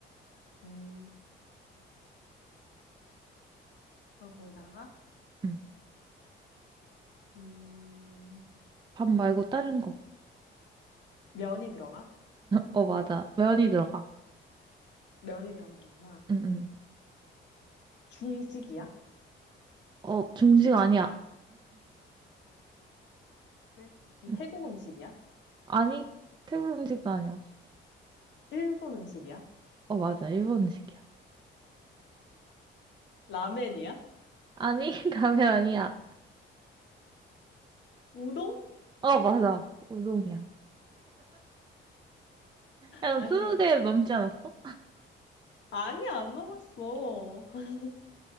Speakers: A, on the left; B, on the right.
A: 음, 그럼 거기다가
B: 응.
A: 음,
B: 밥 말고 다른 거.
A: 면이 들어가?
B: 어, 맞아. 면이 들어가.
A: 면이 들어가는구나.
B: 응, 응.
A: 중식이야?
B: 어, 중식 아니야.
A: 그 그럼
B: 응.
A: 태국 음식이야?
B: 아니, 태국 음식도 아니야.
A: 일본 음식이야?
B: 어, 맞아. 일본 음식이야.
A: 라멘이야?
B: 아니, <laughs> 라면 아니야.
A: 우동?
B: 어, 맞아. 우동이야. 약간
A: 아니,
B: 스무 개 넘지 않았어?
A: 아니 안 넘었어. <laughs>